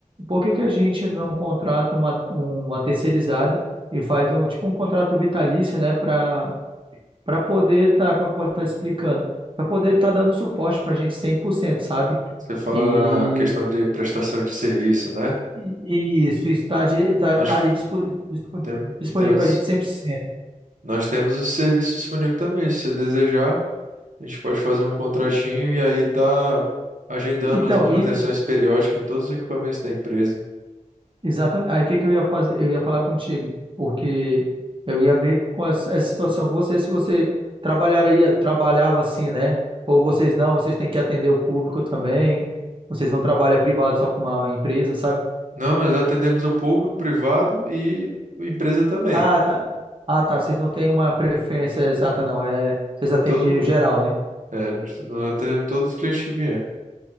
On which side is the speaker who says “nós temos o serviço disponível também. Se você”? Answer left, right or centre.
Right